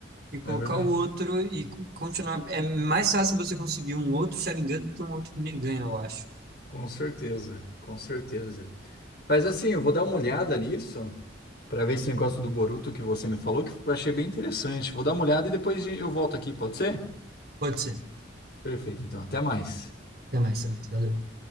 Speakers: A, on the right; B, on the left.
A: e colocar
B: é verdade.
A: o outro e co- continuar. É mais fácil você conseguir um outro Sharingan do que um outro Rinnegan, eu acho.
B: Com certeza, com certeza. Mas assim, eu vou dar uma olhada nisso para ver esse negócio do Boruto que você me falou, que eu achei bem interessante. Vou dar uma olhada e depois eu volto aqui, pode ser?
A: Pode ser.
B: Perfeito, então, até mais.
A: Até mais, Samir. Valeu.